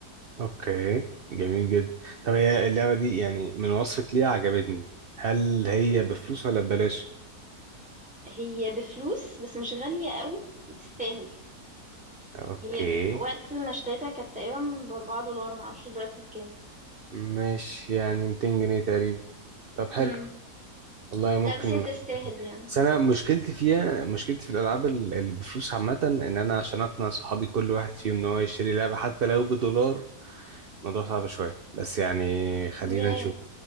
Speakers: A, on the right; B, in the centre.
A: اوكي جميل جدا طب هي اللعبه دي يعني من وصفك ليها عجبتني هل هي بفلوس ولا ببلاش
B: هي بفلوس بس مش غالية قوي وتستاهل
A: اوكي
B: هي ب- وقت ما اشتريتها كانت تقريبا بأربعة دولار معرفش دلوقتي بكام
A: مش يعني 200 جنيه تقريبا طب حلو
B: امم
A: والله ممكن
B: لا بس هي تستاهل يعني
A: بس انا مشكلتي فيها مشكلتي في الالعاب ال- اللي بفلوس عامه ان انا عشان اقنع صحابي كل واحد فيهم ان هو يشتري لعبه حتى لو بدولار الموضوع صعب شوية بس يعني خلينا
B: ياه
A: نشوف